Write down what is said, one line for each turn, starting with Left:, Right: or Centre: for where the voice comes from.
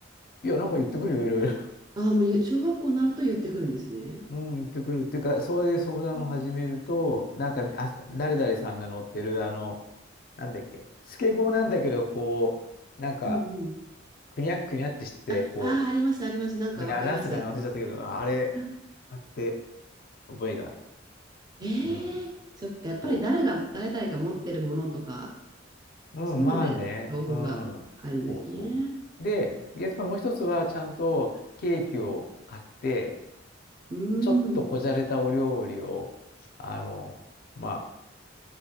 Left: いや、なんか言ってくるよ、いろいろ。
Right: ああ、もうゆ小学校になると言ってくるんですね。
Left: うん、言ってくる。っていうか、そういう相談を始めると、
Right: うん
Left: なんか、あ、誰々さんが乗ってる、あの、なんだっけ、スケボーなんだけど、こう、なんか、
Right: うんうん。
Left: くにゃっくにゃってしてて、
Right: あ、
Left: こ
Right: ああ、あります、あります。なんかわかります。
Left: う、ねあれだったかな、忘れちゃったけど、ああれ、
Right: あ
Left: あって覚えがある。
Right: ええそっか、
Left: うん、そ
Right: やっぱり誰が、誰々が持ってるものとか、
Left: う。うん、
Right: そういうので情報が入るんですね。
Left: まあね、うん、そうそう。で、やっぱもう一つは、ちゃんとケーキを買って、
Right: うー
Left: ちょっとこじゃれたお料理を、
Right: ん。
Left: あの、まあ、